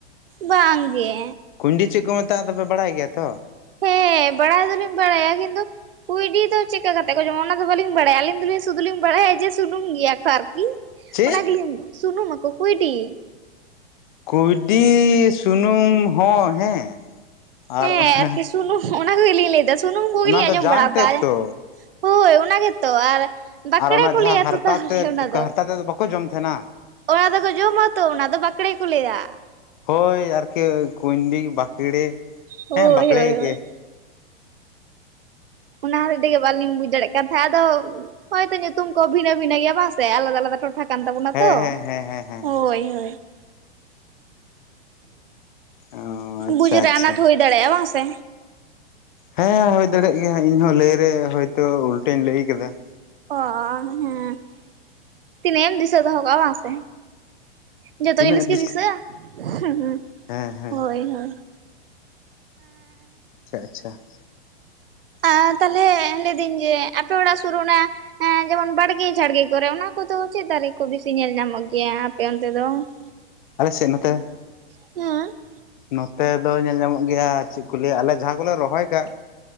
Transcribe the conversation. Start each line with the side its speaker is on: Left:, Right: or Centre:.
Right: ᱵᱟᱝᱻᱜᱮ।
Left: ᱠᱩᱭᱰᱤ ᱪᱮᱫ ᱠᱚ ᱢᱮᱛᱟᱜᱼᱟ ᱟᱫᱚᱯᱮ ᱵᱟᱲᱟᱭ ᱜᱮᱭᱟ ᱛᱚ?
Right: ᱦᱮᱸ ᱵᱟᱲᱟᱭ ᱫᱚᱞᱤᱧ ᱵᱟᱲᱟᱭᱼᱟ ᱾ ᱠᱤᱱᱛᱩ ᱠᱩᱭᱰᱤ ᱫᱚ ᱪᱮᱫᱠᱟ ᱠᱟᱛᱮ ᱠᱚ ᱡᱚᱢᱟ, ᱚᱱᱟ ᱫᱚ ᱵᱟᱹᱞᱤᱧ ᱵᱟᱲᱟᱭᱟ ᱾ ᱟᱹᱞᱤᱧ ᱫᱚᱞᱤᱧ ᱥᱩᱫᱩᱞᱤᱧ ᱵᱟᱲᱟᱭᱟ ᱡᱮ ᱥᱩᱱᱩᱢ ᱜᱮᱭᱟ ᱠᱚ ᱟᱨᱠᱤ।
Left: ᱪᱮᱫ
Right: ᱚᱱᱟ ᱜᱮᱞᱤᱧ ᱥᱩᱱᱩᱢ ᱟᱠᱚ ᱠᱩᱭᱰᱤ?
Left: ᱠᱩᱭᱰᱤ ᱥᱩᱱᱩᱢ ᱦᱚᱸ ᱦᱮᱸ ᱟᱨ
Right: ᱦᱮᱸ
Left: ᱚᱱᱟ
Right: ᱟᱨᱠᱤ ᱥᱩᱱᱩᱢ ᱚᱱᱟ ᱠᱚᱜᱮᱞᱤᱧ ᱞᱟᱹᱭᱮᱫᱟ ᱾ ᱥᱩᱱᱩᱢ ᱠᱚᱜᱮᱞᱤᱧ
Left: ᱚᱱᱟ
Right: ᱟᱸᱡᱚᱢ
Left: ᱫᱚ ᱡᱟᱝ
Right: ᱵᱟᱲᱟ ᱟᱠᱟᱫᱼᱟ
Left: ᱛᱮᱫ ᱛᱚ
Right: ᱾ ᱦᱳᱭ ᱚᱱᱟ ᱜᱮᱛᱚ ᱟᱨ ᱵᱟᱠᱲᱮ
Left: ᱟᱨ ᱚᱱᱟ
Right: ᱠᱚ
Left: ᱡᱟᱦᱟᱸ
Right: ᱞᱟᱹᱭᱟ
Left: ᱦᱟᱨᱛᱟ
Right: ᱛᱚ ᱛᱟᱦᱚᱞᱮ
Left: ᱛᱮᱫ,
Right: ᱚᱱᱟ
Left: ᱦᱟᱨᱛᱟ ᱛᱮᱫ ᱫᱚ ᱵᱟᱠᱚ ᱡᱚᱢ ᱛᱟᱦᱮᱱᱟ?
Right: ᱚᱱᱟ ᱫᱚᱠᱚ ᱡᱚᱢᱟ ᱛᱚ ᱚᱱᱟ ᱫᱚ, ᱵᱟᱠᱲᱮ ᱠᱚ ᱞᱟᱹᱭᱼᱟ।
Left: ᱦᱳᱭ ᱟᱨᱠᱤ ᱠᱩᱭᱰᱤ ᱵᱟᱠᱲᱮ
Right: ᱦᱳᱭ
Left: ᱦᱮᱸ ᱵᱟᱠᱲᱮ
Right: ᱦᱳᱭ ᱦᱳᱭ।
Left: ᱜᱮ
Right: ᱚᱱᱟ ᱦᱚᱛᱮᱫ ᱛᱮᱜᱮ ᱵᱟᱹᱞᱤᱧ ᱵᱩᱡ ᱫᱟᱲᱮᱭᱟᱜ ᱠᱟᱱ ᱛᱟᱦᱮᱸᱫ ᱾ ᱟᱫᱚ ᱦᱳᱭ ᱛᱚ ᱧᱩᱛᱩᱢ ᱠᱚ ᱵᱷᱤᱱᱟᱹ ᱵᱷᱤᱱᱟᱹ ᱜᱮᱭᱟ ᱵᱟᱝ ᱥᱮ ᱟᱞᱟᱫᱟ ᱟᱞᱟᱫᱟ? ᱠᱟᱛᱷᱟ ᱠᱟᱱ ᱛᱟᱵᱚᱱᱟ
Left: ᱦᱮᱸ
Right: ᱛᱚ,
Left: ᱦᱮᱸ ᱦᱮᱸ ᱦᱮᱸ ᱦᱮᱸ
Right: ᱦᱳᱭ ᱦᱳᱭ ᱾
Left: ᱚ ᱟᱪᱪᱷᱟ
Right: ᱵᱩᱡᱽᱨᱮ
Left: ᱟᱪᱪᱷᱟ
Right: ᱟᱱᱟᱴ ᱦᱩᱭ ᱫᱟᱲᱮᱜ-ᱟ, ᱵᱟᱝ ᱥᱮ?
Left: ᱦᱮᱸ ᱦᱳᱭ ᱫᱟᱲᱮᱭᱟᱜ ᱜᱮᱭᱟ ᱤᱧᱦᱚ ᱞᱟᱹᱭ ᱨᱮ ᱦᱳᱭᱛᱚ ᱩᱞᱴᱟᱹᱧ ᱞᱟᱹᱭ ᱟᱠᱟᱫᱟ ᱾
Right: ᱚ ᱦᱮᱸ ᱛᱤᱱᱟᱹᱜ ᱮᱢ ᱫᱤᱥᱟᱹ ᱫᱚᱦᱚ ᱠᱟᱜ-ᱟ ᱵᱟᱝ ᱥᱮ? ᱡᱷᱚᱛᱚ
Left: ᱛᱤᱱᱟᱹᱜ
Right: ᱡᱤᱱᱤᱥ ᱠᱤ
Left: ᱫᱤᱥ
Right: ᱫᱤᱥᱟᱹᱜ-ᱟ? ᱦᱚᱸ
Left: ᱦᱮᱸ ᱦᱮᱸ
Right: ᱦᱳᱭ ᱦᱳᱭ ᱾
Left: ᱟᱪᱪᱷᱟ ᱟᱪᱪᱷᱟ ᱾
Right: ᱟᱨ ᱛᱟᱦᱚᱞᱮ ᱞᱟᱹᱭ ᱫᱟᱹᱧ ᱟᱹᱯᱮ ᱚᱲᱟᱜ ᱥᱳᱨ ᱚᱱᱟ ᱦᱮᱸ ᱡᱮᱢᱚᱱ ᱵᱟᱲᱜᱮ ᱡᱷᱟᱲᱜᱮ ᱠᱚᱨᱮ, ᱚᱱᱟ ᱠᱚᱫᱚ ᱪᱮᱫ ᱫᱟᱨᱮᱹ ᱠᱚ ᱵᱤᱥᱤ ᱧᱮᱞ ᱧᱟᱢᱚᱜ ᱜᱮᱭᱟ, ᱟᱯᱮ ᱚᱱᱛᱮ ᱫᱚ? <unintelligible> ᱼᱼ
Left: ᱟᱞᱮᱥᱮᱫ ᱱᱚᱛᱮ?
Right: ᱦᱩᱸ ᱾
Left: ᱱᱚᱛᱮ ᱫᱚ ᱧᱮᱞ ᱧᱟᱢᱚᱜ ᱜᱮᱭᱟ ᱪᱮᱜ ᱠᱩ ᱞᱟᱹᱭᱟ ᱟᱞᱮ ᱡᱟᱦᱟᱸ ᱠᱚᱞᱮ ᱨᱚᱦᱚᱭ ᱠᱟᱜ